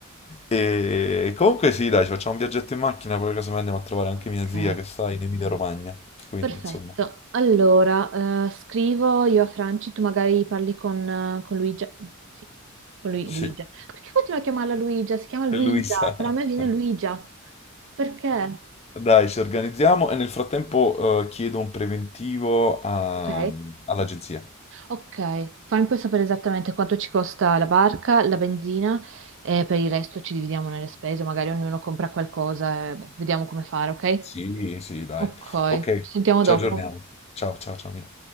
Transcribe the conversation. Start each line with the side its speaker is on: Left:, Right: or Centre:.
Left: E comunque sì, dai, ci facciamo un viaggetto in macchina, poi casomai andiamo a trovare anche
Right: Ok,
Left: mia zia che sta in Emilia-Romagna, quindi
Right: perfetto.
Left: insomma,
Right: Allora, eh, scrivo io a Franci, tu magari parli con, eh, con Luigia. Sì, con Lui-
Left: sì,
Right: Luigia.
Left: e
Right: Perché continuo a chiamarla Luigia? Si chiama Luisa,
Left: lui sa.
Right: però a me viene
Left: <laughs>
Right: Luigia. Perché?
Left: Dai, ci organizziamo e nel frattempo eh, chiedo un preventivo a-
Right: Ok,
Left: all'agenzia.
Right: ok. Fammi poi sapere esattamente quanto ci costa la barca, la benzina e per il resto ci dividiamo nelle spese, magari ognuno compra qualcosa e boh, vediamo come fare, ok?
Left: Sì, sì, dai.
Right: Ok,
Left: Ok, ci
Right: ci sentiamo
Left: Ci
Right: dopo.
Left: aggiorniamo. aggiorniamo. Ciao, ciao, ciao, Mila.